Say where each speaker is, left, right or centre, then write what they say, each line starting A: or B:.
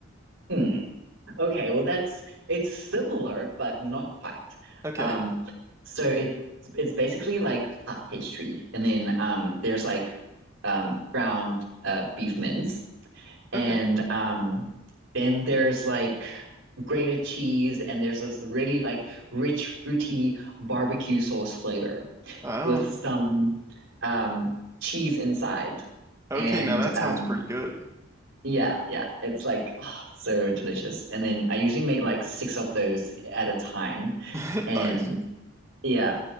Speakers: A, on the right (about 75°); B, on the right (about 15°).
A: Hmm. Okay, well that's it's similar but not quite.
B: Okay.
A: Um, so it's it's basically like puff pastry, and then um there's like um ground uh beef mince, and
B: Okay.
A: um then there's like grated cheese, and there's this really like rich, fruity barbecue sauce flavor
B: Oh.
A: with some um cheese inside.
B: Okay,
A: And
B: now that
A: um
B: sounds pretty good.
A: yeah, yeah, it's like oh, so delicious. And then I usually make like six of those at a time.
B: <laughs>
A: And
B: Nice.
A: yeah,